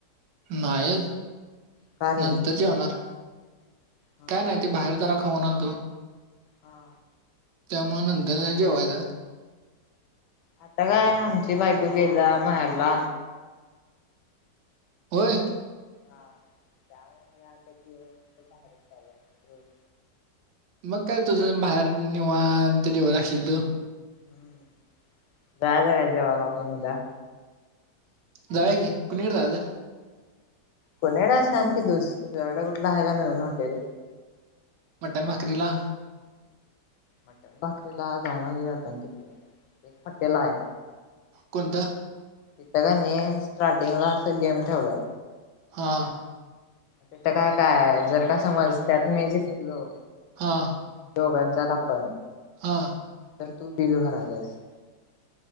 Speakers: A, on the right; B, on the left.
A: नाही
B: का रे?
A: नंतर जेवणार.
B: हा
A: काय नाही ते बाहेर जरा खाऊन आलतो.
B: हा.
A: त्यामुळे नंदरला जेवायचा
B: आता काय आमची बायको गेला महेरला.
A: होय.
B: हा त्यामुळेला आता जीवनच बारतचालं रोज
A: मग काय तुझं बाहेर निवान तर जेवत असशील तू.
B: हम्म जायच काय जेवायला पण उद्या
A: जायचं की कुणीकडे जायचं
B: कोनड सांग की तुुड कुठला आहे का नवीन हॉटेल.
A: मटन भाकरीला
B: मटन भाकरीला जाणार आपण किती एक हॉटेल आहे.
A: कोणतं?
B: ककांनी स्टार्टिंग ला अस गेम ठेवलात.
A: हा.
B: ते तर काय काय जर का समज त्यात मी जिंकलो
A: हां,
B: दोघांच्या आपण.
A: हां.
B: तर तू बिल भराय जास.